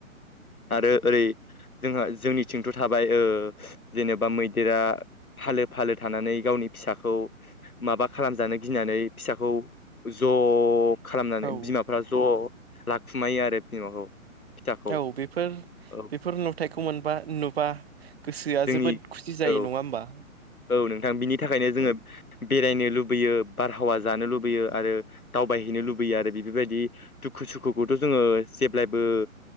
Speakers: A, on the left; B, on the right.
A: आरो ओरै जोंहा जोंनिथिंथ' थाबाय ओ जेनेबा मैदेरा फालो फालो थानानै गावनि फिसाखौ माबा खालामजानो गिनानै फिसाखौ ज' - खालामनानै
B: औ
A: बिमाफ्रा ज' लाखुमायो आरो बिमाखौ। फिसाखौ
B: औ बेफोर
A: औ
B: बेफोर नुथायखौ मोनबा नुबा गोसोआ
A: जोंनि
B: जोबोद खुसि जायो
A: औ
B: नङा होमबा
A: औ नोंथां बिनि थाखायनो जोङो बेरायनो लुबैयो, बारहावा जानो लुबैयो आरो दावबायहैनो लुबैयो आरो बेफोरबायदि दुखु सुखुखौथ' जोङो जेब्लायबो